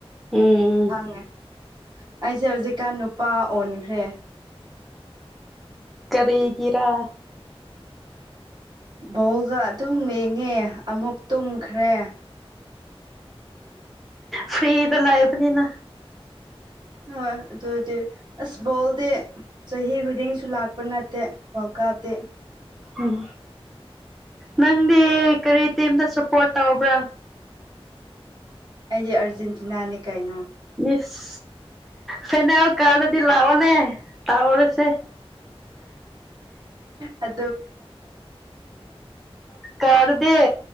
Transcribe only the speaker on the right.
ꯈꯪꯉꯦ ꯑꯩꯁꯦ ꯍꯧꯖꯤꯛꯀꯥꯟ ꯅꯨꯄꯥ ꯑꯣꯟꯈ꯭ꯔꯦ
ꯕꯧꯒ ꯑꯗꯨꯝ ꯃꯡꯉꯦ ꯑꯃꯨꯛ ꯇꯨꯝꯈ꯭ꯔꯦ
ꯍꯣꯏ ꯑꯗꯨꯗꯤ ꯑꯁꯕꯣꯜꯗ ꯆꯍꯤ ꯈꯨꯗꯤꯡꯁꯨ ꯂꯥꯛꯄ ꯅꯠꯇꯦ ꯋꯥꯔꯜ ꯀꯞꯇꯤ
ꯑꯩꯗꯤ ꯑꯥꯔꯖꯦꯟꯇꯤꯅꯥꯅꯦ ꯀꯩꯅꯣ
ꯑ